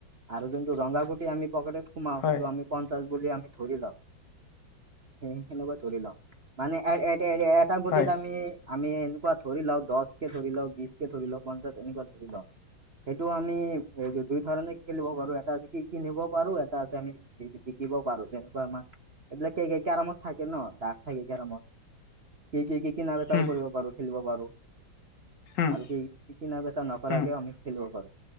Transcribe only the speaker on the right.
আৰু যোনটো ৰংঙা‍ গুটি আমি পকেটত খোমাও
সেইটো আমি পঞ্চাশ বুলি আমি ধৰি লওঁ, সেইনেকুৱা ধৰি লও মানে গুতিত
আমি, আমি এনেকুৱা ধৰি লও দহকে ধৰি লও, বিশকে ধৰি লওক, পঞ্চাছ এনেকুৱা ধৰি লও। সেইটো আমি এ, দুই ধৰণে কি খেলিব পাৰো, এটা আচে কি কিনিব পাৰো এটা আচে আমি শিকিব পাৰো, যেনেকুৱা আমাৰ এইবিলাক কে-কেৰমত থাকে ন' ডাক থাকে কেৰমত। কি-কি-কি-কিনা বেচাও
কৰিব পাৰো, খেলিবও পাৰো।
আৰু কি-কি-কিনা বেচা নকৰাকেও
আমি খেলিব পাৰোঁ।